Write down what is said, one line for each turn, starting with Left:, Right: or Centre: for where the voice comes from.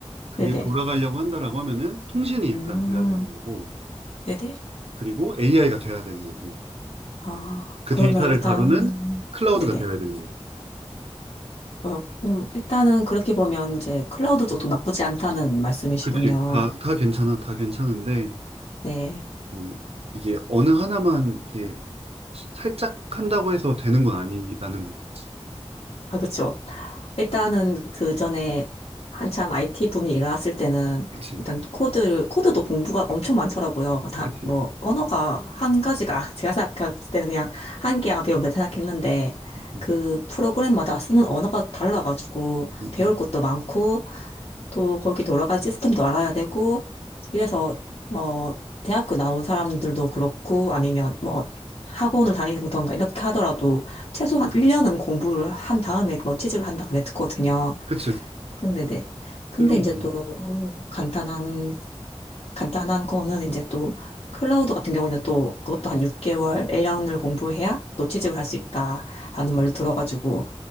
Right: 그게
Left: 네네.
Right: 돌아가려고 한다라고 하면은 통신이 일단
Left: 음,
Right: 돼야 되는 거고,
Left: 네네.
Right: 그리고 AI가 돼야 되는 거고,
Left: 아,
Right: 그
Left: 그러면
Right: 데이터를
Left: 일단은,
Right: 다루는 클라우드가
Left: 네네.
Right: 돼야 되는 거고.
Left: 어, 음, 일단은 그렇게 보면 이제 클라우드 쪽도 나쁘지 않다는 말씀이시군요.
Right: 그치, 다, 다 괜찮아, 다 괜찮은데,
Left: 네.
Right: 뭐 이게 어느 하나만 이렇게 살짝 한다고 해서 되는 건 아니라는 거지.
Left: 아, 그쵸. 일단은 그 전에 한참 IT 붐이 일어났을 때는
Right: 그치,
Left: 일단 코드를, 코드도 공부가 엄청 많더라고요. 다,
Right: 그치.
Left: 뭐, 언어가 한 가지가, <laughs> 제가 생각할 때는 그냥 한 개야 배우면 된다 생각했는데,
Right: 음, 음,
Left: 그 프로그램마다 쓰는 언어가 달라가지고
Right: 음.
Left: 배울 것도 많고, 또 거기 돌아간 시스템도 알아야 되고, 이래서 뭐, 대학교 나온 사람들도 그렇고, 아니면 뭐, 학원을 다니던가 이렇게 하더라도 최소한 1년은 공부를 한 다음에 뭐 취직을 한다 그랬거든요.
Right: 그치.
Left: 근데 네. 근데
Right: 때론
Left: 이제
Right: 보는
Left: 또
Right: 거.
Left: 간단한 간단한 거는 이제 또 클라우드 같은 경우에는 또 그것도 한 6개월, 일 년을 공부해야 또 취직을 할 수 있다라는 말로 들어가지고